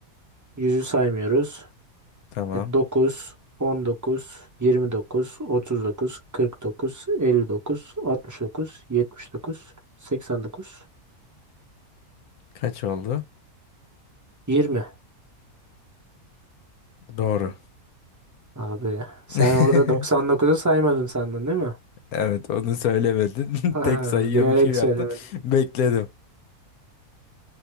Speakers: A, on the right (about 15°); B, on the left (about 75°).
A: Yüzü saymıyoruz.
B: tamam.
A: 9, 19, 29, 39, 49, 59, 69, 79, 89,
B: Kaç oldu?
A: 20.
B: Doğru.
A: Abi sen
B: <laughs>
A: orada 99'u saymadın sandın değil mi? <laughs>
B: Evet, onu söylemedin.
A: Ha,
B: <laughs> Tek sayıyormuş
A: Bilerek
B: gibi yaptın.
A: söylemedim.
B: Bekledim.